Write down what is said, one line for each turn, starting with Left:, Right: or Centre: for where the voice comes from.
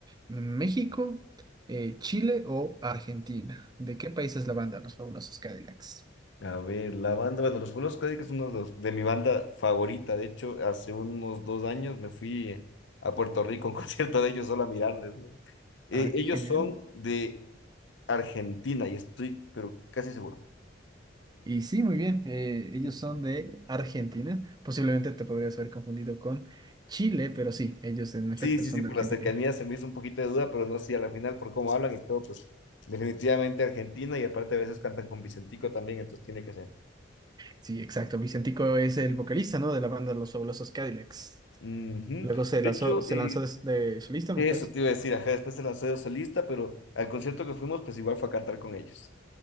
Right: México, eh, Chile o Argentina. ¿De qué país es la banda Los Fabulosos Cadillacs?
Left: A ver, la banda, bueno, los Fueros Cádicos es uno de, los- de mi banda favorita. De hecho, hace unos dos años me fui a Puerto Rico a un <laughs> concierto de ellos solo a mirarles, ¿no? Eh,
Right: Ah,
Left: ellos
Right: qué genial.
Left: son de Argentina y estoy, pero casi seguro.
Right: Y sí, muy bien. eh, ellos
Left: <laughs>
Right: son de Argentina. Posiblemente te podrías haber confundido con Chile, pero sí, ellos en efecto
Left: Sí, sí,
Right: son
Left: sí, por
Right: de Argentina.
Left: la cercanía se me hizo un poquito de duda, pero no sé, a la final por cómo hablan y todo, pues definitivamente Argentina y aparte a veces cantan con Vicentico también, entonces tiene que ser.
Right: Sí, exacto. Vicentico es el vocalista, ¿no? De la banda Los Fabulosos Cadillacs.
Left: Ujú.
Right: Luego se
Left: De
Right: lanzó,
Left: hecho,
Right: se
Left: eh,
Right: lanzó de, de solista, me
Left: eso
Right: parece.
Left: te iba a decir, ajá, después se lanzó de solista, pero al concierto que fuimos, pues igual fue a cantar con ellos.